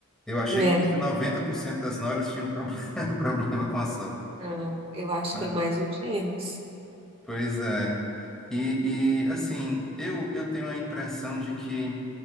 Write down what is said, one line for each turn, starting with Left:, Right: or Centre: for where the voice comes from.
Centre: Eu achei
Right: né?
Centre: que fosse 90% das noras tinham problema, <laughs> problema com a sogra,
Right: Não, eu acho
Centre: né?
Right: que é mais os genros.
Centre: Pois é. E, e, assim, eu, eu tenho a impressão de que